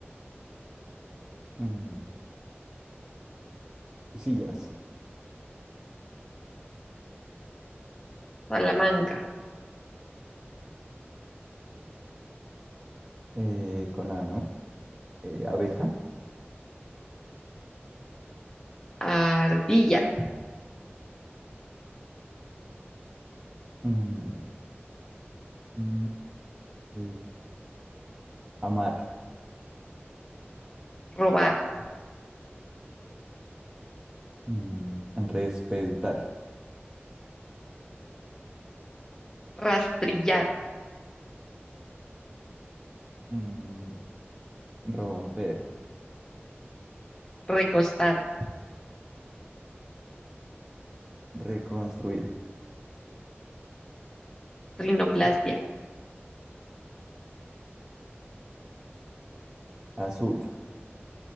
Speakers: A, on the right; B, on the left.
A: Mm, sillas.
B: Salamanca,
A: eh, con A, ¿no? Eh, abeja.
B: ardilla,
A: Mm, Mm, eh, Amar,
B: robar,
A: mm, respetar,
B: rastrillar,
A: mm, romper,
B: recostar,
A: reconstruir,
B: rinoplastia,
A: azul.